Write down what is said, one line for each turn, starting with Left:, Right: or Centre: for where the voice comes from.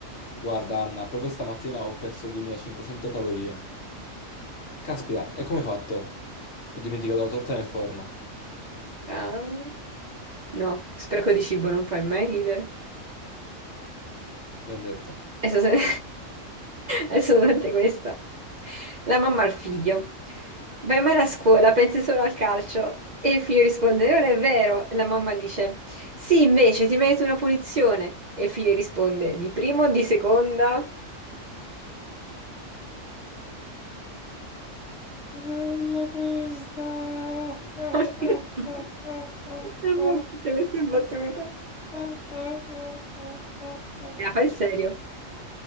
Left: Guarda, Anna, proprio stamattina ho perso 2500 calorie. Caspita, e come hai fatto? Ho dimenticato la torta nel forno,
Right: Ah, No, spreco di cibo non fai mai ridere.
Left: mi hanno detto.
Right: Adesso se- adesso senti <laughs> questa. La mamma al figlio. Vai mai a scuola, pensi solo al calcio. E il figlio risponde, non è vero. E la mamma dice, sì, invece ti meriti una punizione. E il figlio risponde, di prima o di seconda?
Left: Bella questa! Ah,
Right: <laughs>
Left: ah,
Right: Non mi-
Left: ah, ah, ah,
Right: non
Left: ah,
Right: mi- Tutte queste battute.
Left: ah, ah, ah, ah, ah,
Right: La fa il
Left: ah.
Right: serio.